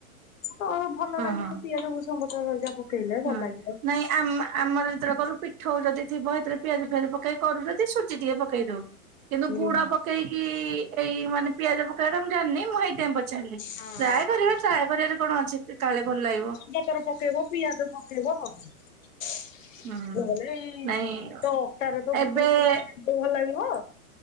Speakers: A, on the left; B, on the right.
A: କଣ ଭଲ ଲାଗେ
B: ହଁ
A: ପିଆଜ ଭୂଷଙ୍ଗ ଭୂସଙ୍ଗପତ୍ର ଘରିକା ପକେଇଲେ ଭଲ
B: ହଁ
A: ଲାଗିବ।
B: ନାଇଁ ଆମ ଆମର ଯେତେବେଳେ କରୁ ପିଠଉ ଯଦି ଥିବ ସେଥିରେ ପିଆଜ ଫିଆଜ ପକେଇ କରୁଜଦି ସୁଜି ଟିକେ ପକେଇ ଦଉ କିନ୍ତୁ
A: ହୁଁ
B: ଗୁଡ ପ ସେଇକି ଏଇ ମାନେ ପିଆଜ ପକେଇବା କଥା ମୁଁ ଜାଣିନି ମୁଁ ସେଇଥିପାଇ ପଚା ଚାଲେ
A: ହଁ
B: ଟ୍ରାଏ କରିବାରେ ଟ୍ରାଏ କରିବାରେ କଣ ଅଛି କାଳେ ଭଲ ଲାଗିବ।
A: ଗାଜର ପକେଇବ ପିଆଜ ପକେଇବ ହବ
B: ହୁଁ।
A: ନହେଲେ
B: ନାଇଁ
A: ତ ଅଟାରେ ତ
B: ଏବେ
A: ଗୁଡପକୋଇଲେ ଭଲ ଲାଗିବ।